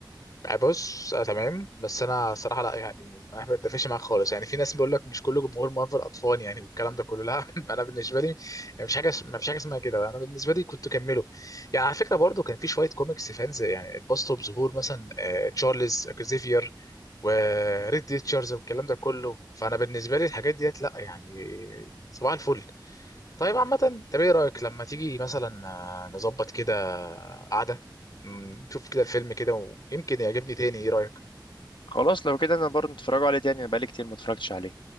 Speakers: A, on the left (about 50°); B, on the left (about 85°).
A: آه، بص آه تمام بس انا صراحه لا يعني ما <laughs> بتفقش معاك خالص يعني في ناس بيقول لك مش كله جمهور مؤهل اطفال يعني والكلام ده كله لا <laughs> انا بالنسبه لي يعني مش حاجه ما فيش حاجه اسمها كده انا بالنسبه لي كنت كمله يعني على فكره برضو كان في شويه كوميكس فانز يعني اتبسطوا بظهور مثلا آه، تشارلز اكزيفير وريد ريتشاردز والكلام ده كله فانا بالنسبه لي الحاجات ديت لا يعني صباح الفل طيب عامة طب ايه رأيك لما تيجي مثلا آه، نظبط كده قعدة م، نشوف كده الفيلم كده ويمكن يعجبني تاني ايه رأيك
B: خلاص لو كده انا برضه اتفرجوا عليه تاني انا بقالي كتير ما اتفرجتش عليه